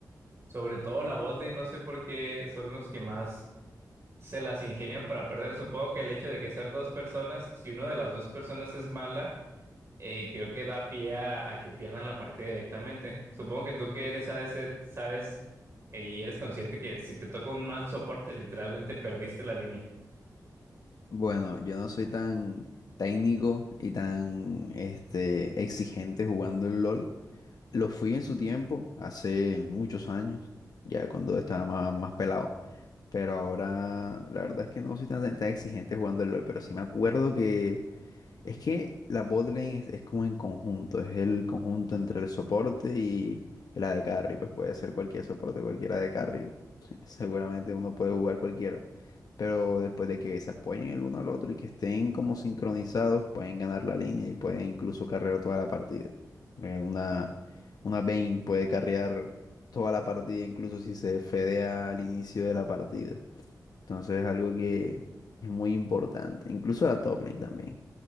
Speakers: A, on the right; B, on the left.
A: Sobre todo la botlane, no sé por qué son los que más se las ingenian para perder. Supongo que el hecho de que ser dos personas, si una de las dos personas es mala, eh, creo que da pie a, a que pierdan la partida directamente. Supongo que tú que eres a ADC sabes eh, y eres consciente que si te toca un mal soporte, literalmente perdiste la línea.
B: Bueno, yo no soy tan técnico y tan este, exigente jugando el LOL. Lo fui en su tiempo, hace muchos años, ya cuando estaba más, más pelado. Pero ahora la verdad es que no soy tan, tan exigente jugando el LOL, pero sí me acuerdo que Es que la botlane es, es como en conjunto, es el conjunto entre el soporte y el AD carry, pues puede ser cualquier soporte, cualquier AD carry. <laughs> Seguramente uno puede jugar cualquiera, pero después de que se apoyen el uno al otro y que estén como sincronizados, pueden ganar la línea y pueden incluso carrear toda la partida. Eh, Una, una Vayne puede carrear toda la partida, incluso si se fedea al inicio de la partida. Entonces es algo que es muy importante, incluso la top lane también.